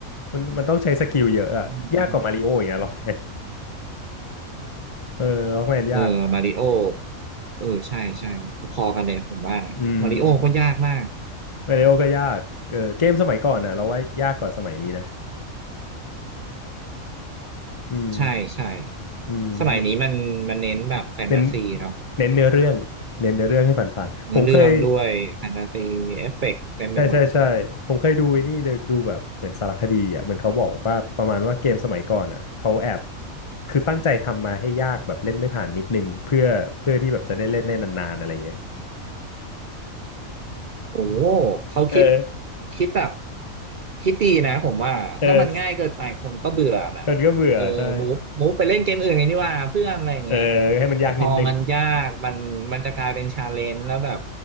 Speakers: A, on the left (about 35°); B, on the right (about 70°).
A: มันมันต้องใช้สกิลเยอะอ่ะยากกว่ามาริโออย่างเงี้ยล็อกแมน
B: อืม
A: เออล็อกแมนยากยาก
B: เออมาริโอเออใช่ใช่พอกันเลยผมว่านะมาริโอก็ยากมาก
A: อืมอืมมาริโอก็ยากเออเกมสมัยก่อนอ่ะเราว่ายากกว่าสมัยนี้นะอืม
B: ใช่ใช่
A: อืม
B: สมัยนี้มันมันเน้นแบบแฟนตาซีเนาะ
A: เน้นเน้นเนื้อเรื่องเน้นเนื้อเรื่องให้ผ่านๆผมเคย
B: เนื้อเรื่องด้วยแฟนตาซีเอฟเฟกต์เต็มไปหมด
A: ใช่ใช่ใช่ผมเคยดูไอ้นี่เดี๋ยวดูแบบเหมือนสารคดีอ่ะเหมือนเขาบอกว่าประมาณว่าเกมสมัยก่อนอ่ะเขาแอบคือตั้งใจทำมาให้ยากแบบเล่นไม่ผ่านนิดนึงเพื่อเพื่อที่แบบจะได้เล่นได้นานๆอะไรเงี้ย
B: โอ้โหเขาคิด
A: <laughs> เออ
B: คิดแบบคิดดีนะผมว่าถ้ามันง่ายเกินไปคนก็เบื่อแบบเออมูฟมูฟไปเล่นเกมอื่นกันดีกว่าเพื่อนอะไรอย่างเงี้ย
A: เออมันก็เบื่อใช่เออให้มันยากนิดนึง
B: แต่พอมันยากมันมันจะกลายเป็นชาเลนจ์แล้วแบบ